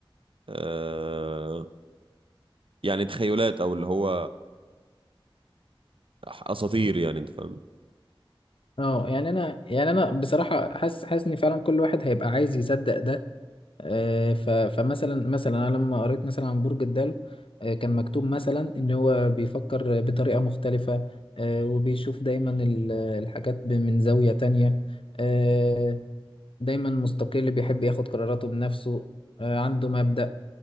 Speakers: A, on the right; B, on the left.
A: آه، يعني تخيلات او اللي هو اساطير يعني انت فاهم
B: اه يعني انا يعني انا بصراحة حاسس حاسس ان فعلا كل واحد هيبقى عايز يصدق ده آه، ف- فمثلا مثلا انا لما قريت مثلا عن برج الدلو آه، كان مكتوب مثلا ان هو بيفكر بطريقة مختلفة آه، وبيشوف دايما ال- الحاجات ب- من زاوية تانية آه، دايما مستقل بيحب ياخد قراراته بنفسه آه، عنده مبدأ